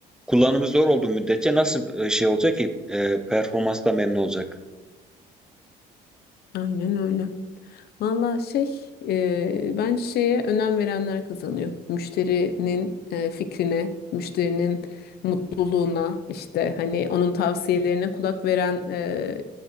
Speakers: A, in the centre; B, on the left (about 70°).
A: kullanımı zor olduğu müddetçe nasıl e, şey olacak ki e, performansla memnun olacak?
B: Aynen öyle. Valla şey e, bence şeye önem verenler kazanıyor. Müşterinin e, fikrine, müşterinin mutluluğuna işte hani onun tavsiyelerine kulak veren e,